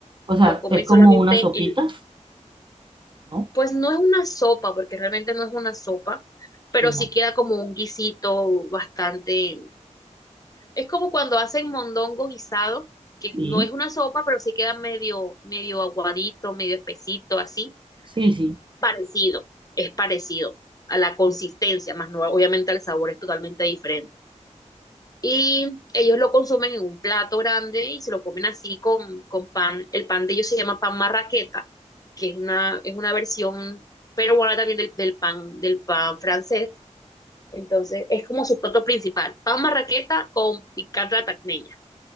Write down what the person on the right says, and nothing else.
O sea,
es
como una sopita,
¿no?
Sí,
no.
sí,
sí, sí.